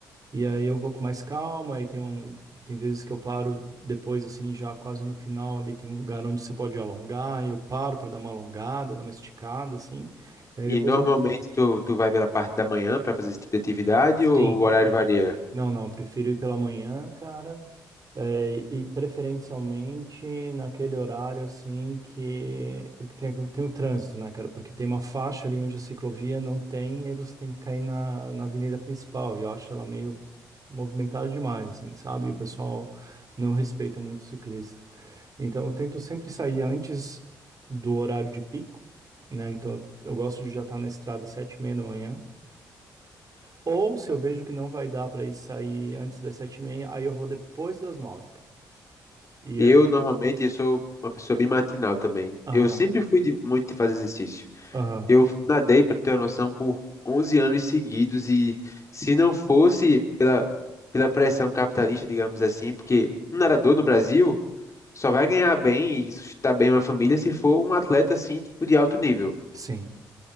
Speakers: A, on the right; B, on the left.
A: E aí eu vou com mais calma, aí tem, um, tem vezes que eu paro depois, assim, já quase no final, ali tem um lugar onde você pode alongar, e eu paro para dar uma alongada, dar uma esticada, assim. E aí
B: E
A: depois.
B: normalmente
A: eu-
B: tu, tu vai pela parte da manhã pra fazer esse tipo de atividade
A: Sim,
B: ou o horário
A: sim.
B: varia?
A: Não, não, eu prefiro ir pela manhã, cara. É, e preferencialmente naquele horário assim que. Porque tem, aqui- tem o trânsito, né, cara? Porque tem uma faixa ali onde a ciclovia não tem, e aí você tem que cair na, na avenida principal. E eu acho ela meio movimentada demais, assim, sabe? E o pessoal não respeita muito o ciclista. Então eu tento sempre sair antes do horário de pico, né? Então eu gosto de já estar na estrada às sete e meia da manhã. Ou se eu vejo que não vai dar para ir sair antes das sete e meia, aí eu vou depois das nove, cara. E
B: Eu normalmente sou uma pessoa bem matinal também.
A: Aham,
B: Eu sempre fui de, muito de fazer exercício.
A: aham,
B: Eu nadei, para ter uma noção, por 11 anos seguidos e se não fosse pela, pela pressão capitalista, digamos assim, porque um nadador no Brasil só vai ganhar bem e sustentar bem uma família se for um atleta assim, tipo de alto nível.
A: sim,